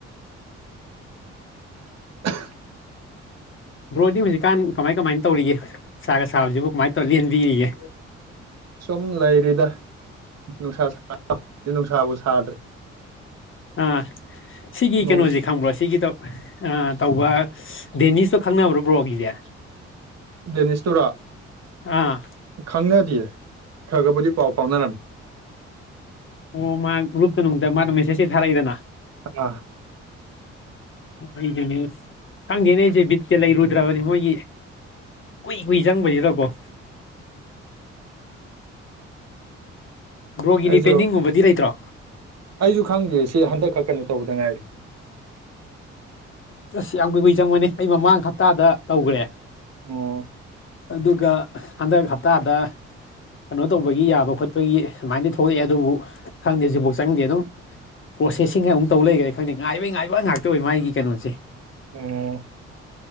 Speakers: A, on the right (about 45°); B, on the left (about 35°).
A: <inaudible>
B: ꯕ꯭ꯔꯣꯗꯤ ꯍꯧꯖꯤꯛꯀꯥꯟ ꯀꯃꯥꯏ ꯀꯃꯥꯏꯅ ꯇꯧꯔꯤꯒꯦ ꯅꯨꯡꯁꯥꯒ ꯁꯥꯕꯁꯤꯕꯨ ꯀꯃꯥꯏꯅ ꯇꯧꯔ ꯂꯦꯟꯕꯤꯔꯤꯒꯦ
A: ꯁꯨꯝ ꯂꯩꯔꯤꯗ ꯅꯨꯡꯁꯥ ꯁꯥ ꯗꯤ ꯅꯨꯡꯁꯥꯕꯨ ꯁꯥꯗ꯭ꯔꯦ
B: ꯑꯥ ꯁꯤꯒꯤ
A: ꯅꯣꯡꯁꯨ
B: ꯀꯩꯅꯣꯁꯦ ꯈꯪꯕ꯭ꯔꯣ ꯁꯤꯒꯤꯗꯣ ꯑꯥ ꯇꯧꯕ ꯗꯦꯅꯤꯁꯇꯣ ꯈꯪꯅꯕ꯭ꯔꯣ ꯕ꯭ꯔꯣꯒꯤꯁꯦ
A: ꯗꯦꯅꯤꯁ ꯇꯨꯔꯥ
B: ꯑꯥ
A: ꯈꯪꯅꯗꯤꯌꯦ ꯈꯒꯕꯨꯗꯤ ꯄꯥꯎ ꯐꯥꯎꯅꯔꯝꯃꯤ
B: ꯑꯣ ꯃꯥ ꯒ꯭ꯔꯨꯞꯇ ꯅꯨꯡꯗ ꯃꯥꯗꫭ ꯃꯦꯁꯦꯖ ꯍꯦꯛ ꯊꯥꯔꯛꯏꯗꯅ
A: ꯑꯥ
B: ꯁꯅꯦ ꯈꯪꯗꯦꯅꯦ ꯑꯩꯁꯦ ꯕꯤꯠꯇꯠꯇ ꯂꯩꯔꯨꯗ꯭ꯔꯕꯅꯦ ꯃꯣꯏꯒꯤ ꯀꯨꯏ ꯀꯨꯏ ꯆꯪꯕꯁꯤꯗꯀꯣ ꯕ꯭ꯔꯣꯒꯤꯗꯤ
A: ꯑꯩꯁꯨ
B: ꯄꯦꯟꯗꯤꯡꯒꯨꯝꯕꯗꯤ ꯂꯩꯇ꯭ꯔꯣ
A: ꯑꯩꯁꯨ ꯈꯪꯗꯦ ꯁꯤ ꯍꯟꯗꯛ ꯈꯛ ꯀꯩꯅꯣ ꯇꯧꯕꯗ ꯉꯥꯏꯔꯤ
B: ꯑꯁ ꯌꯥꯝ ꯀꯨꯏ ꯀꯨꯏ ꯆꯪꯕꯅꯦ ꯑꯩ ꯃꯃꯥꯡ ꯍꯞꯇꯥꯗ ꯇꯧꯈ꯭ꯔꯦ
A: ꯑꯣ
B: ꯑꯗꯨꯒ ꯍꯟꯗꯛ ꯍꯞꯇꯥꯗ ꯀꯩꯅꯣ ꯇꯧꯕꯒꯤ ꯌꯥꯕ ꯈꯣꯠꯄꯒꯤ ꯑꯗꯨꯃꯥꯏꯅꯗꯤ ꯊꯣꯛꯂꯛꯑꯦ ꯑꯗꯨꯕꯨ ꯈꯪꯗꯦ ꯍꯧꯖꯤꯐꯥꯎ ꯆꯪꯗꯦ ꯑꯗꯨꯝ ꯄ꯭ꯔꯣꯁꯦꯁꯤꯡ ꯍꯥꯏꯅ ꯑꯃꯨꯛ ꯇꯧ ꯂꯩꯈꯔꯦ ꯈꯪꯗꯦ ꯉꯥꯏꯕꯩ ꯉꯥꯏꯕ ꯉꯥꯛꯇ ꯑꯣꯏ ꯃꯥꯒꯤ ꯀꯩꯅꯣꯁꯦ
A: ꯑꯣ